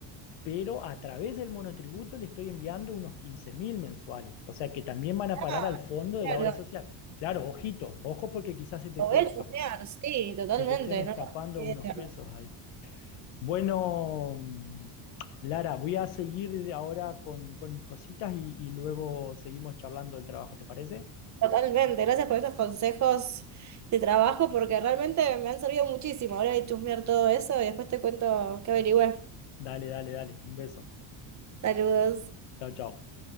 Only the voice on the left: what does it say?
pero a través del monotributo le estoy enviando unos 15 mil mensuales, o sea que también van a parar
al fondo
de la obra social. Claro, ojito, ojo porque quizás se te,
te
se te estén escapando
unos pesos ahí. Bueno, mm, Lara, voy a seguir ahora con, con mis cositas y, y luego seguimos charlando del trabajo, ¿te parece?
Dale, dale, dale, un beso.
Chao, chao.